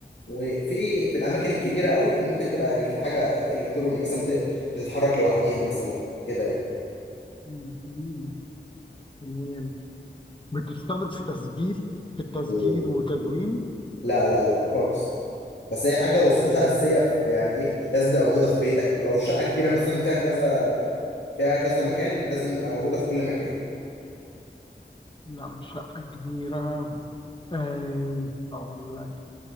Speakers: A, on the left; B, on the left.
A: وفي في الاماكن الكبيره قوي ممكن تبقى إلكت- حاجه الكتروني مثلا بت- بتتحرك لوحديها مثلا كده يعني
B: مم، مم، تمام بتستخدم في تسجيل في التسجيل
A: مم.
B: وتدوين
A: مم. لا لا لا خالص بس هي حاجه وظيفتها اساسيه في يعني ايه لازم تبقى موجوده في بيتك ولو الشقه كبيره مثلا فيها كذا فيها كذا مكان لازم يبقى موجوده في كل مكان
B: لا مش شقة كبيرة آه، هقول لك